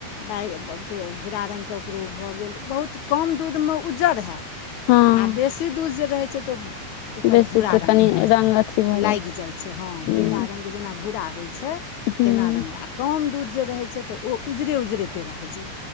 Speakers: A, on the left (about 50°); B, on the left (about 80°).
A: बइ भूरा रंग कऽ ओकरो भऽ गेल बहुत कम दूध मऽ उज्जर हैत
B: हँ
A: आ बेसी दूध जे रहै छै तऽ ओ ओकर
B: बेसी
A: भूरा
B: तऽ
A: रंग
B: कनि
A: भए जाइ
B: रंग अथी भऽ
A: लाइग जाइ छै हँ
B: हूँ
A: पेड़ा रंग जेना भूरा होइ छै
B: हूँ
A: तेना रंग आ कम दूध जे रहै छै तऽ ओ उजरे - उजरे पेड़ा रहै छै